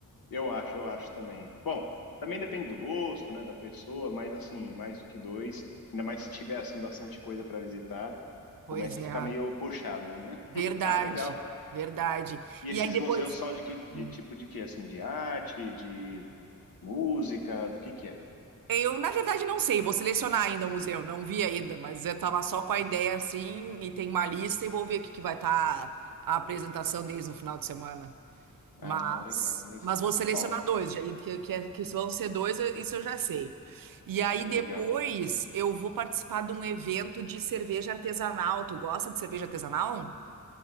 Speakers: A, on the left; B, on the right.
A: Eu acho, eu acho também. Bom, também depende do gosto, né, da pessoa, mas assim, mais do que dois, ainda mais se tiver assim bastante coisa para visitar,
B: Pois
A: começa
B: é,
A: a ficar meio puxado, né?
B: verdade,
A: <laughs> Ah, legal.
B: verdade.
A: E
B: E
A: esses
B: aí depois.
A: museus são de que de
B: Hum.
A: tipo de quê? Assim, de arte, de música, do que que é?
B: Eu, na verdade, não sei, vou selecionar ainda o museu, não vi ainda, mas eu tava só com a ideia assim, e tem uma lista e vou ver o que que vai estar a apresentação deles no final de semana. Mas,
A: Ah, legal, legal.
B: mas vou selecionar
A: Bom,
B: dois, já- que, que, é- que vão ser dois, eu- isso eu já sei. E aí
A: que
B: depois
A: legal.
B: eu vou participar de um evento de cerveja artesanal. Tu gosta de cerveja artesanal?